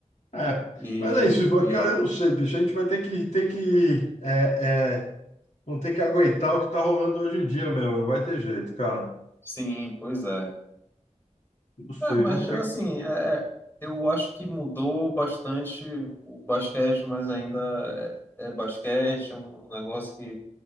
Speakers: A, on the left (about 70°); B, on the left (about 15°).
A: É,
B: E,
A: mas é isso, Ivan,
B: e
A: cara, eu não sei, bicho, a gente vai ter que, ter que, é, é, Vão ter que aguentar o que tá rolando hoje em dia mesmo. Não vai ter jeito, cara.
B: sim, pois é.
A: Não sei,
B: É, mas
A: vamos ver.
B: assim, é, é- eu acho que mudou bastante o basquete, mas ainda é, é basquete, é um negócio que,